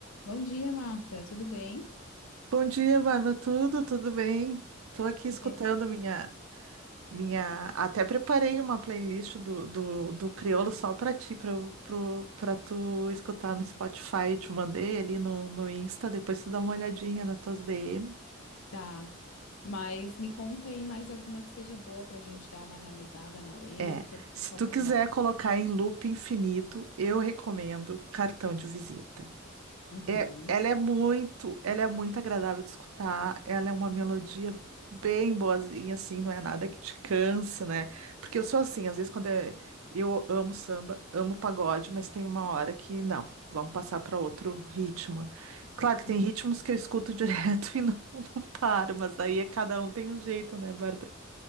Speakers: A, on the left (about 85°); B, on the right (about 85°).
A: Bom dia, Marta. Tudo bem?
B: Bom dia, Bárbara. Tudo, tudo bem? Estou aqui escutando
A: É.
B: minha, minha. Até preparei uma playlist do, do, do Criolo só para ti, para tu escutar no Spotify. Te mandei ali no, no Insta, depois tu dá uma olhadinha nas tuas DM.
A: Tá. Mas me conta aí mais alguma que seja boa para a gente dar uma analisada na letra.
B: É, se
A: Qual
B: tu
A: que
B: quiser
A: tu gosta?
B: colocar em loop infinito, eu recomendo cartão de visita.
A: Uhum.
B: É, ela é muito, ela é muito agradável de escutar, ela é uma melodia bem boazinha, assim, não é nada que te canse, né? Porque eu sou assim, às vezes quando é- eu amo samba, amo pagode, mas tem uma hora que não, vamos passar para outro ritmo. Claro que
A: Uhum.
B: tem ritmos que eu escuto <laughs> direto e não, não paro, mas aí é cada um tem um jeito, né, Bárbara?